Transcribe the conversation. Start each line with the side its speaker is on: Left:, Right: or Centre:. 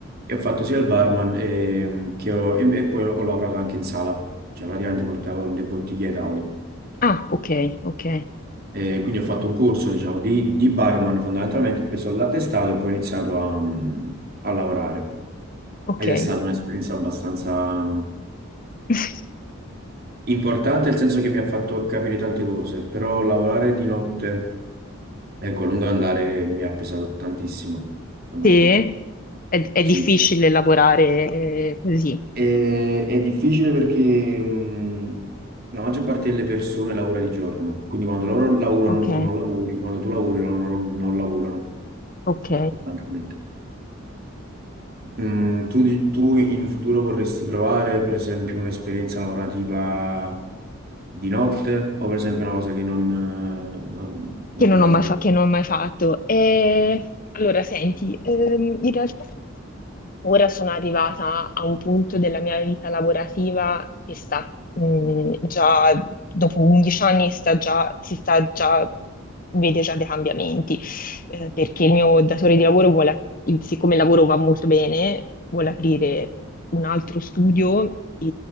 Right: E ho fatto sia il barman ehm, che ho- e, e poi ho lavorato anche in sala, cioè praticamente portavo le bottiglie ai tavoli.
Left: Ah, ok, ok,
Right: E quindi ho fatto un corso, diciamo, di, di barman fondamentalmente, ho preso l'attestato e poi ho iniziato a, mh, a lavorare.
Left: ok.
Right: Ed è stata un'esperienza abbastanza
Left: <laughs>
Right: Importante nel senso che mi ha fatto capire tante cose, però lavorare di notte, ecco, a lungo andare mi ha pesato tantissimo, fondamentalmente.
Left: Sì, è, è
Right: Sì.
Left: difficile lavorare eh, così.
Right: E- è difficile perché mh, la maggior parte delle persone lavora di giorno, quindi quando loro lavorano
Left: Ok,
Right: tu non lavori, quando tu lavori loro non, non lavorano,
Left: ok.
Right: fondamentalmente. Mm, tu, di- tu in futuro vorresti provare, per esempio, un'esperienza lavorativa di notte o per esempio una cosa che non, eh, non- non
Left: che non
Right: ti piace
Left: ho mai,
Right: proprio?
Left: fa- che non ho mai fatto. E, allora, senti, ehm, in realtà ora sono arrivata a un punto della mia vita lavorativa che sta, mh, già, dopo 11 anni, sta già, si sta già, vede già dei cambiamenti, eh, perché il mio datore di lavoro vuole, ap- il- siccome il lavoro va molto bene, vuole aprire un altro studio. e